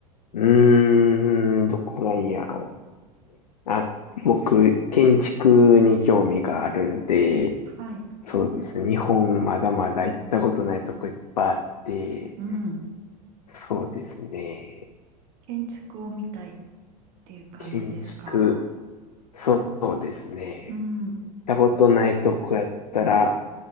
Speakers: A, on the left (about 75°); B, on the right (about 50°).
A: うーん、どこがいいやろう。あ、僕、建築に興味があるんで、
B: はい。
A: そうですね。日本まだまだ行ったことないとこいっぱいあって、
B: うん。
A: そうですね。
B: 建築を見たいっていう感じですか
A: 建築、そうですね。
B: うん。
A: たことないとこやったら、